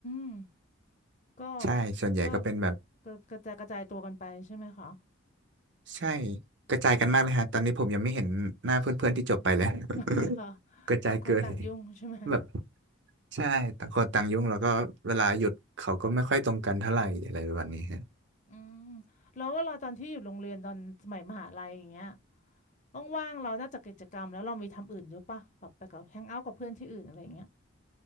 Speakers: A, on the left; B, on the right.
A: มก็
B: ใช่ส่วนใหญ่ก็เป็นแบบ
A: ก็ก็กระจายกระจายตัวกันไปใช่ไหมคะ
B: ใช่กระจายกันมากเลยฮะตอนนี้ผมยังไม่เห็นหน้าเพื่อนเพื่อนที่จบไปเลย
A: อ๋อเหรอ
B: <laughs> กระจายเกิน
A: ต่างคนต่างยุ่งใช่ไหม
B: แบบ ใช่ต่างคนต่างยุ่งแล้วก็เวลาหยุดเขาก็ไม่ค่อยตรงกันเท่าไหร่อะไรประมาณนี้ฮะ
A: อืมแล้วเวลาตอนที่อยู่โรงเรียนตอนสมัยมหาลัยอย่างเงี้ยว่างๆเรานอกจากกิจกรรมแล้วเรามีทำอื่นด้วยปะแบบไปกับแฮงเอาท์กับเพื่อนที่อื่นอะไรอย่างเงี้ย